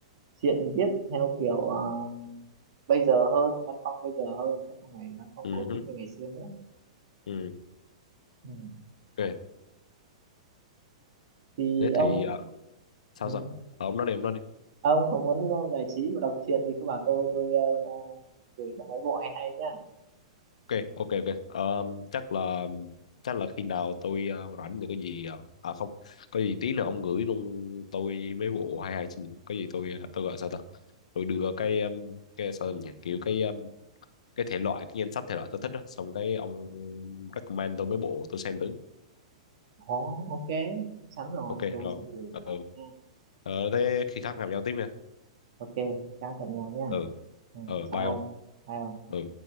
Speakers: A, on the right; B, on the left.
A: chuyện viết theo kiểu ờ, bây giờ hơn văn phong bây giờ hơn sẽ không phải văn phong
B: ừ,
A: cổ
B: hứ,
A: tích như ngày xưa nữa
B: ừ.
A: ừ.
B: Ok.
A: thì
B: Thế thì
A: ông
B: ờ, sao
A: ừ.
B: sao? Ờ, ông nói đi, ông nói đi.
A: ông có muốn ờ, giải trí và đọc truyện thì cứ bảo tôi tôi ờ, ờ, gửi cho mấy bộ hay hay nhá
B: Ok, ok, ok. Ờ, chắc là chắc là khi nào tôi ờ, rảnh được cái gì ờ, à không có gì tí nữa ông gửi luôn tôi mấy bộ hay hay xin lỗi. có gì tôi ờ, tôi gọi sao ta tôi đưa cái um, cái sao nhỉ kiểu cái um, cái thể loại cái danh sách thể loại tôi thích đó xong cái ông recommend tôi mấy bộ tôi xem thử
A: Ồ, ok chắn rồi
B: ok
A: tôi
B: rồi
A: sẽ gửi vào
B: ừ.
A: nha
B: ờ thế khi khác gặp nhau tiếp nha
A: ok chào tạm nhau nha
B: ừ
A: ừ.
B: ờ
A: chào
B: bye
A: ông
B: ông
A: Bye ông.
B: ừ